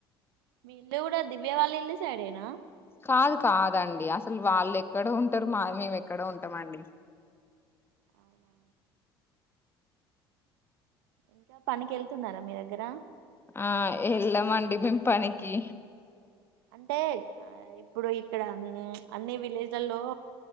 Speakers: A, on the right (about 65°); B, on the left (about 15°).
A: మీ ఇల్లు కూడా దివ్య వాళ్ళ ఇల్లు సైడేనా
B: కాదు కాదండి అసలు వాళ్ళు ఎక్కడో ఉంటారు మామ్ మీ మేము ఎక్కడో ఉంటామ్ అండి
A: అవునా ఇంకా పనికి వెళ్తున్నారా మీ దగ్గర
B: ఆ ఎలా మండి మేమ్ పనీకి
A: అంటే ఆ ఇప్పుడు ఇక్కడ హుమ్ అన్ని విలేజ్లలో